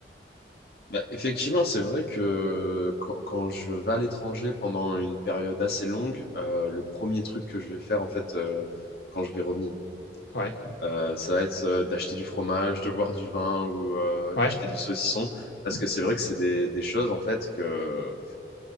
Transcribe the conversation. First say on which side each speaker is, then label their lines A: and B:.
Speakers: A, on the left (about 60°); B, on the left (about 80°).
A: Bah, effectivement, c'est vrai que quand, quand je vais à l'étranger pendant une période assez longue, euh, le premier truc que je vais faire en fait euh, quand je vais revenir,
B: Ouais,
A: euh, ça va être euh, d'acheter du fromage, de boire du vin ou euh,
B: ouais.
A: d'acheter du saucisson, parce
B: Mhm.
A: que c'est vrai que c'est des, des choses en fait que